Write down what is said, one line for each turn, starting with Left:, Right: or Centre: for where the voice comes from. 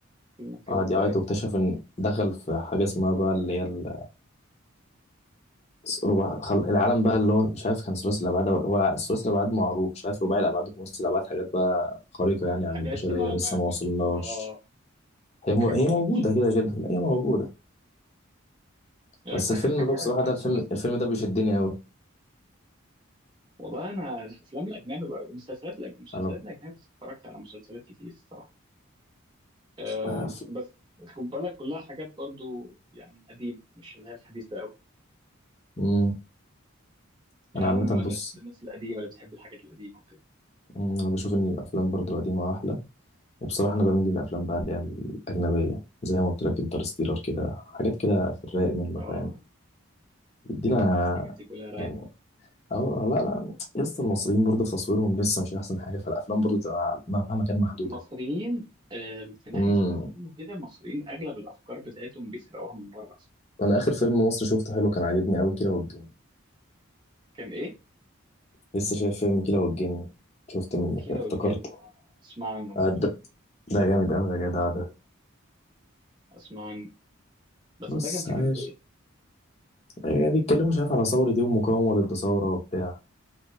Right: في مركبه
Left: قعد
Right: فضائيه
Left: يعيط واكتشف ان دخل في حاجه اسمها بقى اللي هي ال- ربع خل... العالم بقى اللي هو مش عارف كان ثلاثي الابعاد هو الع- ثلاثي الابعاد معروف مش عارف رباعي الابعاد وخماسي الابعاد حاجات بقى خارقه يعني عن
Right: حاجه
Left: البشريه
Right: لسه ما
Left: لسه
Right: ما
Left: ما
Right: ما
Left: وصلناش
Right: اه
Left: هي م...
Right: حاجه
Left: هي
Right: ما وصلناش
Left: موجوده
Right: للعلم
Left: كده كده
Right: لسه
Left: لا هي موجوده بس
Right: بس اخر
Left: الفيلم
Right: حاجه
Left: بقى بصراحه
Right: عرفناها
Left: ده
Right: الثلاثي
Left: الفيلم الفيلم ده بيشدني قوي
Right: والله انا الافلام الاجنبي بقى المسلسلات الأج- المسلسلات
Left: انا
Right: الاجنبي اتفرجت على مسلسلات كتير الصراحه أه
Left: آه، ف-
Right: بس خد بالك كلها حاجات برضو يعني قديم مش اللي هي الحديثه قوي
Left: مم.
Right: يعني
Left: انا عامه
Right: انا من مدرسه
Left: بص
Right: الناس القديمه اللي بتحب الحاجات القديمه وكده
Left: مم، انا بشوف ان الافلام برضو القديمه احلى وبصراحة أنا بميل للأفلام بقى اللي هي الأجنبية زي ما قلت لك انترستيلر كده حاجات كده في الرايق منه
Right: اه
Left: فاهم يدينا
Right: الحاجات دي كلها رايقه
Left: يعني اه لا لا يس المصريين برضه في تصويرهم لسه مش أحسن حاجة فالأفلام برضه تبقى مهما كان محدودة
Right: مصريين أه في ناحيه
Left: امم
Right: الافلام وكده مصريين اغلب الافكار بتاعتهم بيسرقوها من بره اصلا
Left: أنا آخر فيلم مصري شفته حلو كان عاجبني أوي كيرة والجن
Right: كان ايه
Left: لسه شايف فيلم كيرة والجن شفت منه
Right: كيرة
Left: كده افتكرته
Right: والجن اه اسمع عنه برضه
Left: آه، ده ده جامد أوي يا جدع ده
Right: اسمع عنه بس
Left: بص
Right: ده كان فكرته
Left: عايش
Right: ايه
Left: يعني بيتكلموا مش عارف على ثورة إيه ومقاومة ضد ثورة وبتاع